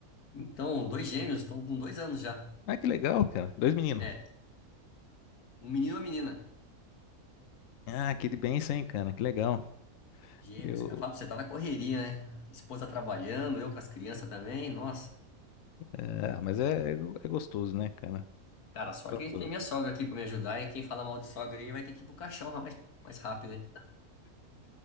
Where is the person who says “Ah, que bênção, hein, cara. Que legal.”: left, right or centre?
Left